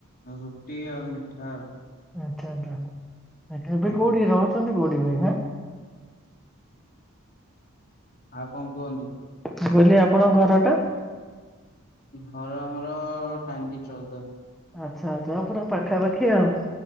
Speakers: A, on the left; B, in the centre.
A: ରୁଟି ଆଉ ମିଠା।
B: ଆଚ୍ଛା ଆଚ୍ଛା ଏବେ
A: ଆଜ୍ଞା।
B: କୋଉଠି ରହୁଛନ୍ତି କୋଉଠି ଭାଇ
A: ଆଉ କଣ କୁହନ୍ତୁ।
B: ମୁ କହିଲି ଆପଣଙ୍କ ଘର ଟା।
A: ଘର ଆମର ଟାଙ୍ଗି ଚଉଦ।
B: ଆଛା ଆଛା ପୁରା ପାଖାପାଖି ଆଉ।